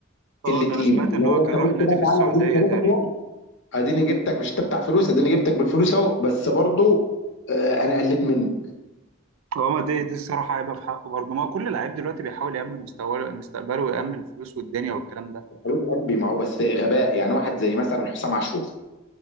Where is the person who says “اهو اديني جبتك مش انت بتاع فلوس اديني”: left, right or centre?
Left